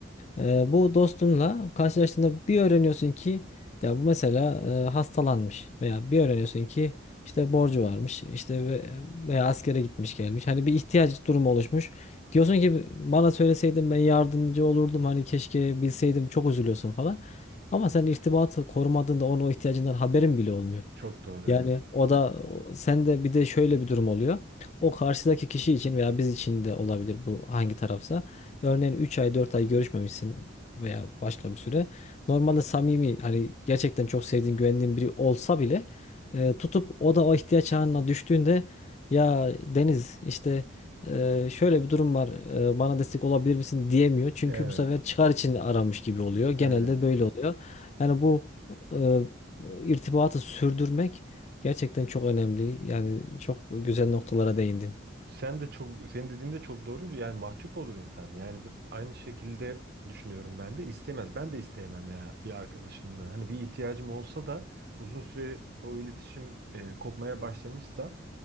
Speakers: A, on the left; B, on the right.
A: Ee, bu dostunla karşılaştığında bir öğreniyorsun ki ya bu mesela e, hastalanmış veya bir öğreniyorsun ki işte borcu varmış işte ve, veya askere gitmiş gelmiş hani bir ihtiyaç durumu oluşmuş diyorsun ki bana söyleseydin ben yardımcı olurdum hani keşke bilseydim çok üzülüyorsun falan ama sen irtibatı korumadığında onun o ihtiyacından haberin bile olmuyor.
B: Çok doğru
A: Yani
B: evet.
A: o da sen de bir de şöyle bir durum oluyor. O karşıdaki kişi için veya biz için de olabilir bu hangi tarafsa. Örneğin 3 ay 4 ay görüşmemişsin veya başka bir süre. Normalde samimi hani gerçekten çok sevdiğin güvendiğin biri olsa bile e, tutup o da o ihtiyaç anına düştüğünde ya Deniz işte e, şöyle bir durum var e, bana destek olabilir misin diyemiyor. Çünkü
B: Evet,
A: bu sefer çıkar için aramış gibi oluyor. Genelde
B: evet.
A: böyle oluyor. Yani bu e, irtibatı sürdürmek Gerçekten çok önemli. Yani çok güzel noktalara değindin.
B: Sen de çok senin dediğin de çok doğru. Yani mahcup olur insan. Yani b- aynı şekilde düşünüyorum ben de İstemez, Ben de isteyemem ya bir arkadaşımdan. Hani bir ihtiyacım olsa da uzun süre o iletişim e, kopmaya başlamışsa